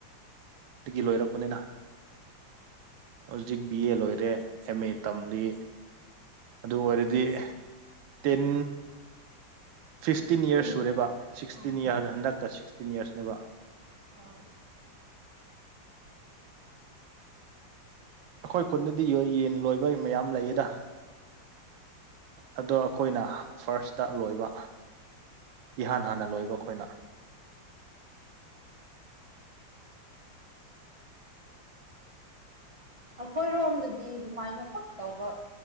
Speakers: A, on the right; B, on the right.
A: ꯗꯒꯤ ꯂꯣꯏꯔꯛꯄꯅꯤꯅ ꯍꯧꯖꯤꯛ ꯕꯤ ꯑꯦ ꯂꯣꯏꯔꯦ ꯑꯦꯝ ꯑꯦ ꯇꯝꯂꯤ ꯑꯗꯨ ꯑꯣꯏꯔꯗꯤ ꯇꯤꯟ ꯐꯤꯐꯇꯤꯟ ꯌꯤꯔꯁ
B: ꯎꯝ
A: ꯁꯨꯔꯦꯕ ꯁꯤꯛꯁꯇꯤꯟ
B: ꯑꯥ
A: ꯌꯤꯔꯁ ꯍꯟꯗꯛꯀ ꯁꯤꯛꯁꯇꯤꯟ ꯌꯤꯔꯁꯅꯦꯕ
B: ꯑꯥ
A: ꯑꯩꯈꯣꯏ ꯈꯨꯟꯗꯗꯤ ꯌꯣꯏ ꯌꯦꯟ ꯂꯣꯏꯕ ꯃꯌꯥꯝ ꯂꯩꯌꯦꯗ ꯑꯗꯣ ꯑꯩꯈꯣꯏꯅ ꯐꯥꯔꯁꯇ ꯂꯣꯏꯕ ꯏꯍꯥꯟ ꯍꯥꯟꯅ ꯂꯣꯏꯕ ꯑꯩꯈꯣꯏꯅ
B: ꯑꯩꯈꯣꯏꯔꯣꯝꯗꯗꯤ ꯑꯗꯨꯃꯥꯏꯅ ꯄꯛ ꯇꯧꯕ